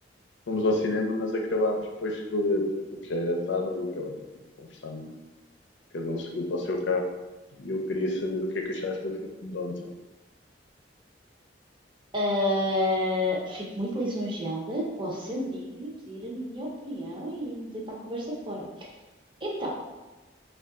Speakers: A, on the left (about 85°); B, on the right (about 25°).
A: Fomos ao cinema, mas acabámos depois por. Porque já era tarde e acabámos por não conversar muito. Cada um seguiu para o seu carro. E eu queria saber o que é que achaste do filme de ontem.
B: Ah, fico muito lisonjeada que você me ligue e pedir a minha opinião e me deitar a conversa fora. Então,